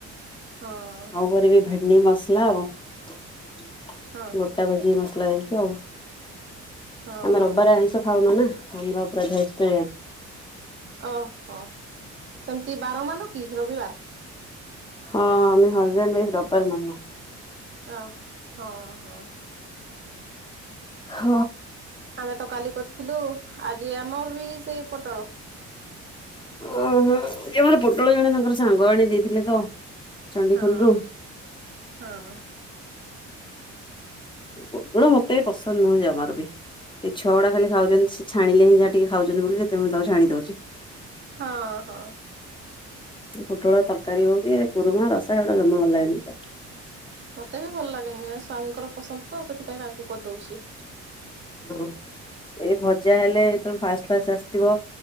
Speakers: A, on the right; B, on the left.
A: ହଁ।
B: ଆଉ କରିବି ଭେଣ୍ଡି ମସଲା ଆଉ ଗୋ
A: ହଁ
B: ଟା ଭାଯିବି ମସଲା ଦେଇକି ଆଉ
A: ହଁ
B: ଆମେ ରବିବାରେ ଆଇଁଷ ଖାଉନା ନା। ହାଲୁଆ <unintelligible> ତେ
A: ଓହୋ ସେମିତି ବାରମାନ କି ରବିବାର।
B: ହଁ ଆମେ ହଜ୍ବେଣ୍ଟ ୱାଇଫ୍ ରବିବାର ମାନୁ।
A: ଅ ହଁ ହଁ।
B: ହ
A: ଆମେ ତ କାଲି କରିଥିଲୁ ଆଜି ଆମର ବି ସେଇ ପୋଟଳ।
B: ଓହୋ ସେ ମମର ପୋଟଳ ଜଣେ ତାଙ୍କର ସାଙ୍ଗ ଆଣି ଦେଇଥିଲେ ତ। ଚଣ୍ଡିଖୋଲରୁ
A: ହଁ ହଁ।
B: ପୋଟଳ ମତେ ବି ପସନ୍ଦ ନୁହେଁ ଜମାରୁ ବି। ଏ ଛୁଆ ଗୁଡା ଖାଲି ଖାଉଛନ୍ତି ସେ ଛାଣିଲେ ହିଁ ଯାହା ଟିକେ ଖାଉଛନ୍ତି ବୋଲି ସେଥିପାଇଁ ମୁଁ ତାକୁ ଛାଣି ଦଉଛି।
A: ହଁ ହଁ।
B: ପୋଟଳ ତରକାରୀ ହଉ କି କୁରୁମା ରସା ଏଇଗୁଡା ଜମା ଭଲ ଲାଗନି ମତେ।
A: ମତେ ବି ଭଲ ଲାଗେନି ଆ ସ୍ଵାମୀଙ୍କର ପସନ୍ଦ ତ ସେଥିପାଇଁ ତାଙ୍କୁ କରିଦଉଛି।
B: ଓ ସେ ଭଜା ହେଲେ ଯେତେବେଳେ ଫାଷ୍ଟ ଫାଷ୍ଟ ଆସିଥିବ